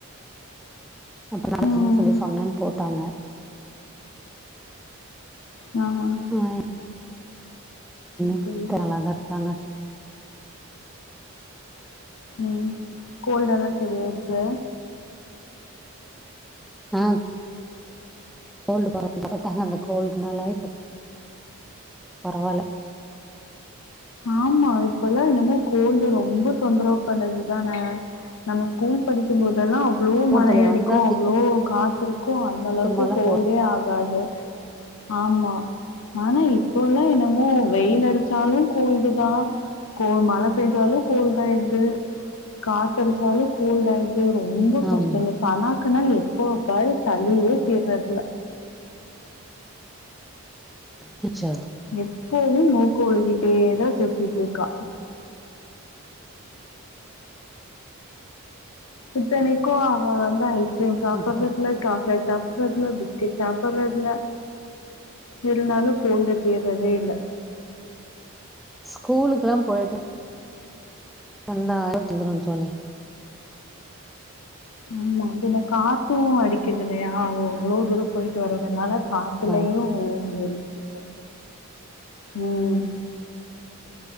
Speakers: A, in the centre; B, on the left (about 75°).
A: அப்றோ நா
B: ம்
A: சொன்னு சொல்லி சொன்னேன்னு போட்டாங்க
B: உம்
A: ஆஎக் க்க
B: தோழி
A: நல்லாதா இருக்காங்க
B: உம் கோல்ட் எல்லா சரியா ஆயிடுச்சு
A: ஆ கோல்டு பரந்தப்பட்டாங்க அந்த கோல்டுனால இப்போ பரவாயில்ல
B: ஆமா இப்பல்லா என்னமோ கோல்டு ரொம்ப தொந்தரவு பண்ணதுதான நம்ம ஸ்கூல் படிக்கும் போதெல்லா அவ் ளோ மழை
A: ஆமா தோழி
B: அடிக்கு
A: வந்தா
B: அவ்ளோ காத்திருக்கு அந்த
A: சீக்கிரமாலா
B: அளவுக்கு கோல்டே
A: போ
B: ஆகாது ஆமா ஆனா இப்போல்லா என்னமோ வெயில் அடிச்சாலும் கோல்டு பாமழை பெஞ்சாலும் கோல்ட் ஆயிடுது காத்தடிச்சாலும் கோல்ட் ஆயிடுது யோ ரொம்ப கஷ்டம்
A: ஆமா
B: சனாக்குன்னா எப்போ பாரு சளியே தீர்றதுல
A: சிச்சுசா
B: எப்பவுமே மூக்கு ஒழுகிட்டேதா சுத்திட்டு இருக்கா இத்தனைக்கு அவ வந்து ஐஸ்கிரீம் சாப்றது
A: அப்டிதா
B: இல்ல சாக்லேட் சாப் றது இல்ல பிஸ்கெட் சாப்றது இல்ல இருனாலு கோல்டு தீர்தே இல்ல
A: ஸ்கூலுக்குலாம் போயிட்டு வந்தாயே தந்துருவ தோழி
B: ஆமா பின்ன காத்தும் அடிக்குது இல்லயா அவ அவ்ளோ தூரம் போயிட்டு வர்துனால காத் த்துலையும்
A: அ
B: இங்க வந்து சீக்கிரம் ம்